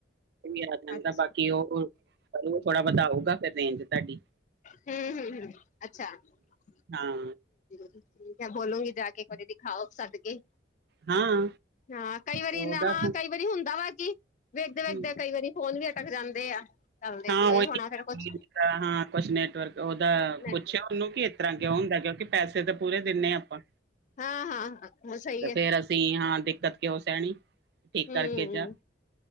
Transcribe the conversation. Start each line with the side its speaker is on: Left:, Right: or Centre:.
Right: ਵੀ ਆ ਜਾਂਦਾ
Left: ਅੱਛਾ
Right: ਬਾਕੀ ਓਹ ਕਲ ਨੂੰ ਥੋੜਾ ਬੋਹਤਾ ਆਊਗਾ, ਫਿਰ ਰੇਂਜ ਤਾਡੀ।
Left: ਹੂੰ, ਹੂੰ, ਹੂੰ, ਅੱਛਾ, ਹੂੰ।
Right: ਹਾਂ
Left: ਠੀਕ ਹੈ ਬੋਲੂਗੀ ਜਾ ਕੇ ਇੱਕ ਵਾਰੀ ਦਿਖਾਓ ਸੱਦ ਕੇ।
Right: ਹਾਂ।
Left: ਹਾਂ, ਕਈ ਵਾਰੀ
Right: ਉਹਦਾ
Left: ਨਹਾਂ
Right: ਤਾਂ
Left: ਕਈ ਵਾਰੀ ਹੁੰਦਾ ਵਾ ਕੀ ਵੇਖਦੇ-ਵੇਖਦੇ
Right: ਹੂੰ
Left: ਕਈ ਵਾਰੀ ਫੋਨ ਵੀ ਅਟਕ ਜਾਂਦੇ ਆ। ਚੱਲਦੇ
Right: ਹਾਂ,
Left: ਨੀ ਉਹੀ
Right: ਓਹੀ
Left: ਹੋਣਾ
Right: ਠੀਕ
Left: ਫੇਰ ਕੁਛ
Right: ਆਂ ਹਾਂ, ਕੁਛ ਨੈਟਵਰਕ ਓਦਾ
Left: ਨੈਟਵਰਕ
Right: ਪੁੱਛਓ ਉਨੂੰ ਕੀ ਇਤਰ੍ਹਾਂ ਕਿਉਂ ਹੁੰਦੈ ਕਿਉਂਕਿ ਪੈਸੇ ਤਾਂ ਪੂਰੇ ਦਿਣੇ ਆ ਅਪਾਂ,
Left: ਹਾਂ ਹਾਂ ਸਹੀ
Right: ਤੇ
Left: ਹੈ
Right: ਫੇਰ ਅਸ ਸੀਂ ਹਾਂ, ਦਿੱਕਤ ਕਿਓਂ ਸੈਹਣੀ? ਠੀਕ
Left: ਹੂੰ
Right: ਕਰਕੇ ਜਾ।